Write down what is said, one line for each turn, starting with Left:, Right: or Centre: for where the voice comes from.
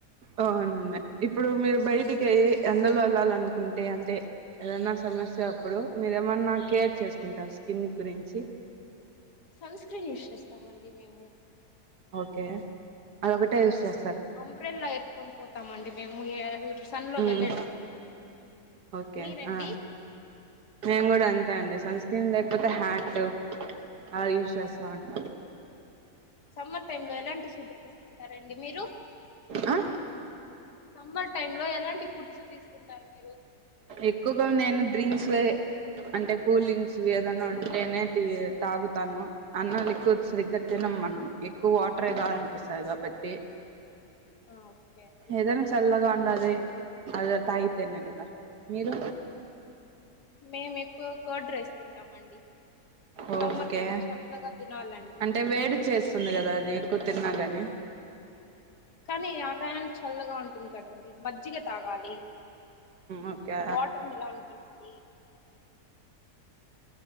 Right: అవునండి ఇప్పుడు మీరు బయటికి అయ్య ఎండలో వెళ్ళాలనుకుంటే అంటే ఏదైనా సమస్య అప్పుడు మీరేమన్నా కేర్ చేసుకుంటారు స్కిన్ గురించి
Left: సన్ స్క్రీన్ యూస్ చేస్తామండి మేము
Right: ఓకే అదొకటే యూస్ చేస్తా
Left: అంబ్రెల్లా ఎత్తుకొని పోతామండి మేము ఏ సన్ లో
Right: ఉమ్
Left: వెళ్ళేటప్పుడు
Right: ఓకే
Left: మీరండి
Right: ఆ నేను కూడా అంతే నండి సన్ స్క్రీన్ లేకపోతే హ్యాట్ అలా యూస్ చేస్తాం అండీ
Left: సమ్మర్ టైమ్ లో ఎలాంటి ఫుడ్ తీసుకుంటారండి మీరు
Right: ఆ
Left: సమ్మర్ టైమ్ లో ఎలాంటి ఫుడ్స్ తీసుకుంటారు మీరు
Right: ఎక్కువగా ఉన్నా నేను డ్రింక్స్ ఏ అంటే కూలింగ్స్ వి ఏదన్నా ఉంటేనే తీ తాగుతాను అన్నమ్ ఎక్కువ సరిగ్గ తిన్ను మనం ఎక్కువ వాటర్ ఏ కావాలనిపిస్తుంది కాబట్టి
Left: ఆ ఓకే అండి
Right: ఏదన్నా చల్లగా ఉండాలి అది తాగితేనే కదా మీరు
Left: మేము ఎక్కువ కర్డ్ రైస్ తింటామండి
Right: ఓకే
Left: సమ్మర్ కదా చల్లగా తినాలండి
Right: అంటే వేడి చేస్తుంది కదా అది ఎక్కువ తి తిన్న గాని
Left: కానీ ఆ టయానికి చల్లగా ఉంటుంది కదండి మజ్జిగ తాగాలి
Right: ఓకే
Left: వాటర్ మిలాన్ తినాలి